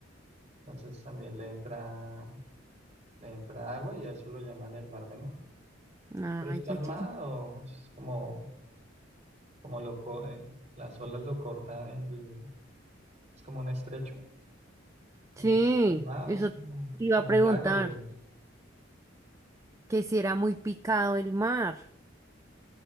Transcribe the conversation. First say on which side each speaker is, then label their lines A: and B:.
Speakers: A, on the right; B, on the right.
A: Entonces también le entra, le entra agua y a eso lo llaman el Mar Menor.
B: Ay,
A: Pero es calmado,
B: qué chévere.
A: es como, como lo, co- eh, las olas lo cortan, el- es como un estrecho, entonces
B: Sí,
A: es calmado,
B: eso
A: es como,
B: te iba
A: como
B: a preguntar.
A: un lago, digamos.
B: Que si era muy picado el mar.